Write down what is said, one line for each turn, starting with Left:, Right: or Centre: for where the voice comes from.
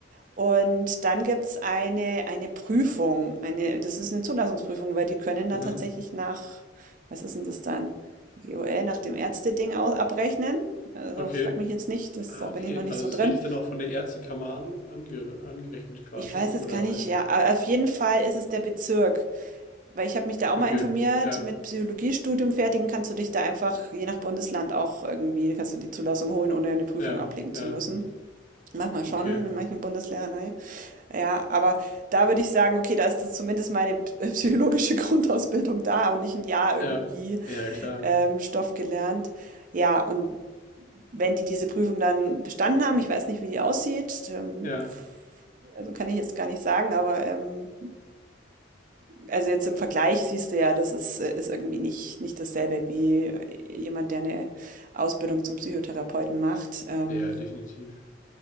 Right: Und dann gibt's eine eine Prüfung, eine das ist eine Zulassungsprüfung, weil die können dann
Left: Mhm.
Right: tatsächlich nach was ist denn das dann? GOL nach dem Ärzteding au abrechnen. Also,
Left: Okay.
Right: frag mich jetzt nicht, das
Left: Ah,
Right: da bin
Left: okay.
Right: ich noch nicht
Left: Also
Right: so
Left: es
Right: drin.
Left: ist wirklich dann auch von der Ärztekammer an, ange, angerechnet quasi.
Right: Ich weiß jetzt
Left: Oder,
Right: gar nicht,
Left: äh,
Right: ja, a auf jeden Fall ist es der Bezirk, weil ich habe mich da auch
Left: okay.
Right: mal informiert,
Left: Ja,
Right: mit Psychologiestudium fertigen kannst du dich da einfach je nach Bundesland auch irgendwie kannst du die Zulassung holen, ohne eine Prüfung
Left: ja,
Right: ablegen
Left: ja.
Right: zu müssen. Manchmal schon,
Left: Okay.
Right: in manchen Bundesländern. ne? Ja, aber da würde ich sagen, okay, da ist das zumindest meine p- psychologische <laughs> Grundausbildung da und nicht ein Jahr
Left: Ja,
Right: irgendwie
Left: ja, klar.
Right: ähm, Stoff gelernt. Ja, und wenn die diese Prüfung dann bestanden haben, ich weiß nicht, wie die aussieht, ähm,
Left: Ja,
Right: also kann ich jetzt gar nicht sagen, aber ähm, also jetzt im Vergleich siehst du ja, das ist, äh, ist irgendwie nicht, nicht dasselbe wie äh, jemand, der eine Ausbildung zum Psychotherapeuten macht. Ähm,
Left: ja, definitiv.